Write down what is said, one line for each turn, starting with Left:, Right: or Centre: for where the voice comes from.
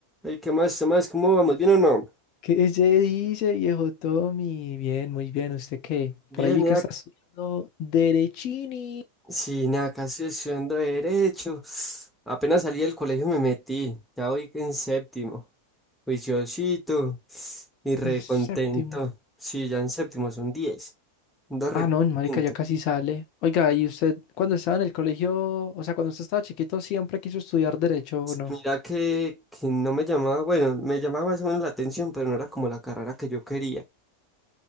Centre: Ey, ¿qué más? ¿Qué más? ¿Cómo vamos? ¿Bien o no?
Left: ¿Qué se dice, viejo Tommy? Bien, muy bien. ¿Usted qué?
Centre: Bien,
Left: Por ahí vi
Centre: ya,
Left: que está estudiando Derechini
Centre: sí, nada, casi estudiando Derecho. Apenas salí del colegio me metí. Ya voy en séptimo. Juiciosito y recontento.
Left: en séptimo.
Centre: Sí, ya en séptimo son diez. Ando
Left: Ah,
Centre: recontento.
Left: no, marica, ya casi sale. Oiga, ¿y usted cuando estaba en el colegio, o sea, cuando usted estaba chiquito, siempre quiso estudiar Derecho o no?
Centre: Mira que, que no me llamaba, bueno, me llamaba más o menos la atención, pero no era como la carrera que yo quería.